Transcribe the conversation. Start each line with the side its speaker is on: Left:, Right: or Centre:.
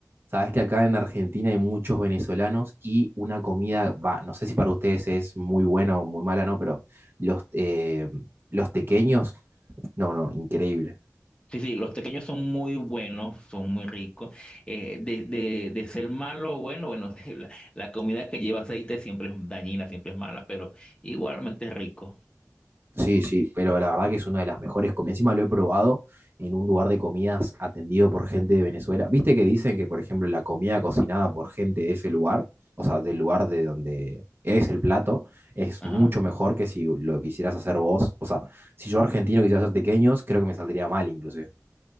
Right: Sabes que acá en Argentina hay muchos venezolanos y una comida, va, no sé si para ustedes es muy buena o muy mala, no, pero los, eh, los tequeños, no, no, increíble.
Left: Sí, sí, los pequeños son muy buenos, son muy ricos. Eh, de, de, de ser malo, bueno, bueno, <laughs> la, la comida que lleva aceite siempre es dañina, siempre es mala, pero igualmente es rico.
Right: Sí, sí, pero la verdad que es una de las mejores comidas. Encima lo he probado en un lugar de comidas atendido por gente de Venezuela. Viste que dicen que, por ejemplo, la comida cocinada por gente de ese lugar, o sea, del lugar de donde es el plato, es
Left: Ajá.
Right: mucho mejor que si lo quisieras hacer vos. O sea, si yo argentino quisiera hacer tequeños, creo que me saldría mal inclusive.